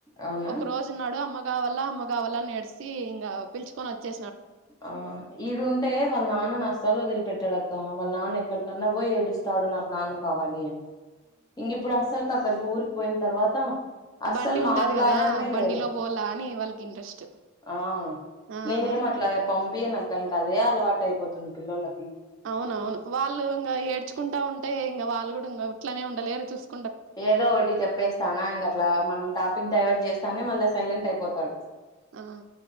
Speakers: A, on the left; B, on the right.
A: అవునా
B: ఒక రోజు ఉన్నాడు అమ్మ కావాల అమ్మ కావాల అనేసి ఇంకా పిలుచకొని వచ్చే
A: ఆ ఈడుంటే వాళ్ళ నాన్నని అస్సల్ వదిలిపెట్టాడక్క వాళ్ళ నాన్న ఎక్కడికన్నా పోయి ఏడుస్త స్తాడు. నాకు నాన్న కావాలి అని ఇంక ఇప్పుడు అసలుకి అక్కడికి ఊరికి పోయిన తర్వాత అస్సలు
B: బండి ఉంటది
A: మాట్లాడడమే
B: కదా బండిలో
A: లేదు
B: పోావల అని వాళ్ళకి ఇంట్రెస్ట్
A: ఆ
B: ఆ
A: నేనేం అట్ల పంపిను అక్క ఇంక అదే అలవాటు అయిపోతుంది పిల్లోళ్ళకి
B: అవునవును వాళ్ళు ఇంక ఏడ్చుకుంటా ఉంటే ఇంక వాళ్ళు కూడ ఇంక అట్లనే ఉండలేరు చూస్త
A: ఏదో ఒకటి చెప్పేస్తానా ఇంక అట్ల మనం టాపిక్ డైవర్ట్ చేస్తానే మళ్ళా సైలెంట్ అయిపోతాడు
B: ఆ